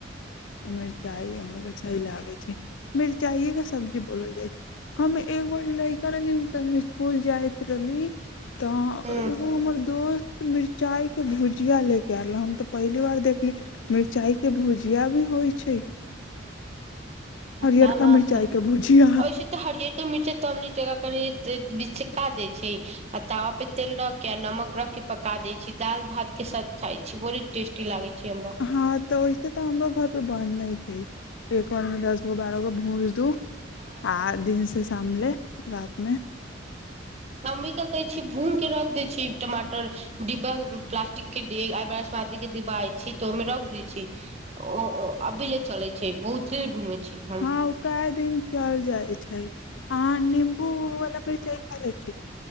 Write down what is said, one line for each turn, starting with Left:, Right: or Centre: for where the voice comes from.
Left: आ मिरचाइ अहाँके सही लागैत छै मिरचाइएके सब्जी बोलल जाइ छै हम एगो लड़का रहली ते हम स्कुल जायत रहली तऽ
Right: हूँ
Left: एगो हमर दोस्त मिर्चाइके भुजिया लेके आयल रहै हम तऽ पहिल बार देखली मिरचाईके भुजिया भी होइ छै
Right: पता
Left: हरियरका
Right: न
Left: मिरचाई
Right: तऽ
Left: के भुजिया
Right: ऐसे तऽ हरियो मिर्चाई तबनी बिच से काटि देय छै आ तावा पे तेल रख के आ नमक रख के पका दै छी दाल भात के साथ खाय छी बड़ी टेस्टी लागै छै हमरा
Left: हाँ तऽ ओहिसे तऽ हमरो घर पर बनै छै एक बार मे दस गो बारह गो भूंज दू
Right: हँ
Left: आ दिनसँ शाम ले रतिमे
Right: हम भी का कहै छी भून के रख दै छी टमाटर डिब्बा प्लास्टिक के समादी के डिब्बा आय छै तऽ ओहिमे रख दै छी ओ ओ अभी ले चलै छै बहुते घूमै छी हम
Left: हँ ओ कए दिन चल जाइ छै अहाँ नम्बू वाला मिरचाइ खा लै छी